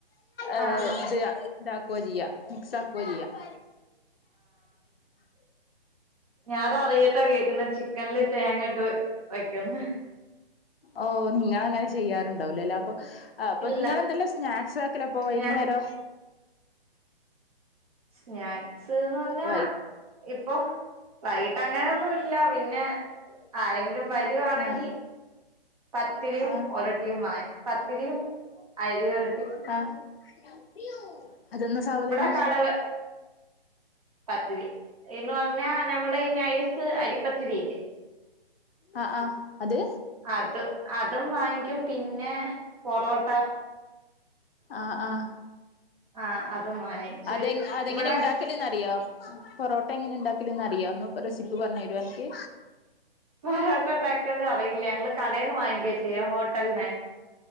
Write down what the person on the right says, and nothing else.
ആഹ് ആഹ്
ഞാ റാറിയ്ട്ട കേക്കുന്നെ ചിക്കൻല് തേങ്ങട്ട് വെക്കുന്നെ
ഇല്ല
ഞാൻ സ്നാക്സ്ന്ന് പർഞ്ഞാ
ഇപ്പൊ വൈകിട്ട് അങ്ങനൊന്നുല്ല പിന്നെ ആരെങ്കിലും വരുവാണെങ്കി
പത്തിരിയും
ഒര <unintelligible> പത്തിരിയും അരി വർ
ഇവടെ കടക പത്തിരി എന്ന് പറഞ്ഞാ നമ്മടെ ഈ നൈസ് അരിപ്പത്തിരില്ലേ <inaudible>
അത് അതും വാങ്ങിക്കും പിന്നെ പൊറോട്ട
ആ അതും വാങ്ങിച്ച്
ഇവിടെ
പറോട്ട ഇണ്ടാക്കാൻ അറിയില്ല ഞങ്ങള് കടേന്ന് വാങ്ങിക്ക്യയാ ചെയ്യ ഹോട്ടൽന്നെ